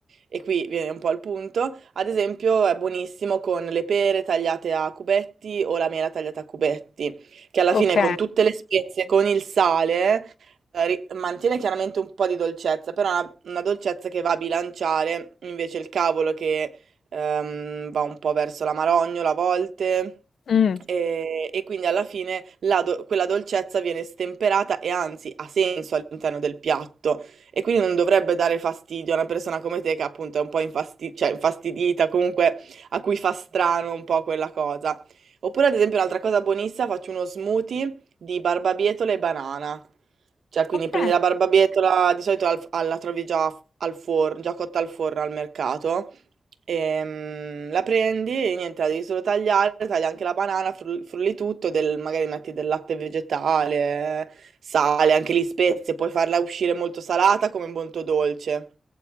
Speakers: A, on the right (about 80°); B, on the left (about 80°).
A: e qui viene un po' al punto, ad esempio è buonissimo con le pere tagliate a cubetti o la mela tagliata a cubetti, che alla
B: Ok.
A: fine con tutte le spezie, con il sale, eh, ri- mantiene chiaramente un po' di dolcezza, però è una, una dolcezza che va a bilanciare invece il cavolo che ehm, va un po' verso la marognola a volte.
B: Mm,
A: E, e quindi alla fine la do- quella dolcezza viene stemperata e anzi ha senso all'interno del piatto e quindi non dovrebbe dare fastidio a una persona come te che appunto è un po' infasti- cioè, infastidita, comunque a cui fa strano un po' quella cosa. Oppure ad esempio un'altra cosa buonissima, faccio uno smoothie di barbabietola e banana. Cioè, quindi
B: Ok,
A: prendi la barbabietola, di solito al- la trovi già al forno, già cotta al forno al mercato. Ehm, la prendi e niente, la devi solo tagliare, tagli anche la banana, fru- frulli tutto, del- magari metti del latte vegetale, sale, anche lì spezie, puoi farla uscire molto salata come molto dolce.